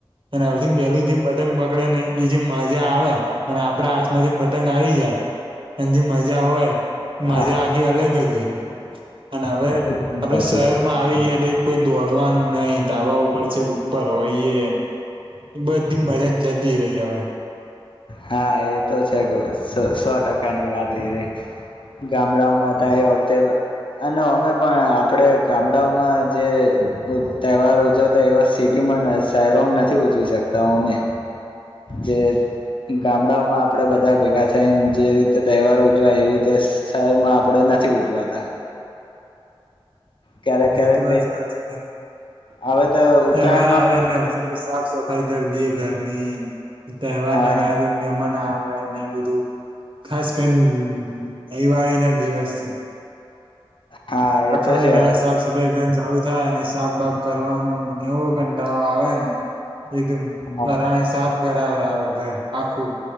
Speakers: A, on the right; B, on the left.
A: અને અથી પેલું જેમ પતંગ પકડે ને એ જેમ મજા આવે અને આપડા હાથમાં જેમ પતંગ આવી જાય અને જેમ મજા હોય મજા
B: હા હા
A: આખી અલગ છે અને હવે
B: એકદમ
A: આપડે
B: સાચી
A: શહેરમાં
B: વાત
A: આવી ગયેલી કોઈ દોડવાનું નહીિ દાવા ઉપર છે ઉપર હોઈએ બસ દીમ બાજક જ ધીરેહીજવે
B: હા એ તો છે સો ટકા ની વાત એ રહી ગામડાઓમાં ત એ વખતે અને અમે પણ આપડે ગામડાઓમાં જે તહેવાર ઉજવતા એવા સિટીમાં શહેરોમાં નથી ઉજવી શકતા અમે જે ગામડાઓમાં આપડે બધા ભેગા થઈને જે રીતે તહેવાર ઉજવાય એવી રીતે શહેરમાં આપણે નથી ઉજવાતા ક્યારેક ક્યારેક
A: એ તો વાત સાચી છે.
B: હવે તો ઉત્તરાયણમાં
A: તહેવાર આવે
B: પણ
A: એટલે અધ સફાઈ કર દએ ઘરની તહેવાર
B: હા
A: ના ગાય મ ના એ બધું ખાસ કરીને દિવાળી ના દિવસ છે
B: હા
A: અઠવાડિયા
B: એ તો છે
A: પહેલા સાફ સફાઈ ગ ચાલું થાય અને સાફ બાફ કરવાનું નેવો ઘંટા આવે ને એકદમ
B: હા
A: પરાણે સાફ કરબર આવે ઘર આખું